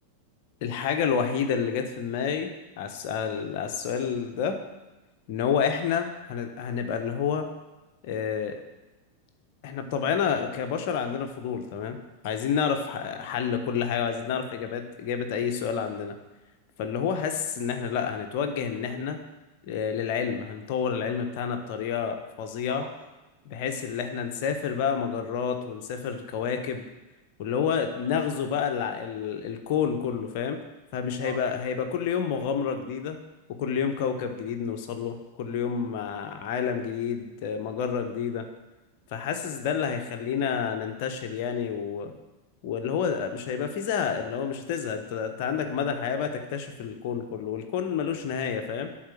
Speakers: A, on the left; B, on the right.
A: الحاجة الوحيدة اللي جت في دماغي على الس- على ال- على السؤال ده ان
B: امم
A: هو احنا هن- هنبقى اللي هو آه، احنا بطبعنا كبشر عندنا فضول تمام عايزين نعرف ح- حل كل حاجة وعايزين نعرف اجابات اجابة اي سؤال عندنا فاللي هو حاسس ان احنا لا هنتوجه ان احنا آه، للعلم هنطور العلم بتاعنا بطريقة فظيعة
B: طبعا
A: بحيث
B: امم
A: ان احنا نسافر بقى مجرات ونسافر كواكب واللي هو نغزو بقى الع- ال... الكون كله فاهم فمش
B: اه
A: هيبقى هيبقى كل يوم مغامرة جديدة وكل يوم كوكب جديد نوصل له كل يوم آه، عالم جديد آه، مجرة جديدة فحاسس
B: امم
A: ده اللي هيخلينا ننتشر يعني و... واللي هو مش هيبقى فيه زهق اللي هو مش هتزهق انت انت عندك مدى الحياة بقى تكتشف الكون كله والكون ملوش نهاية فاهم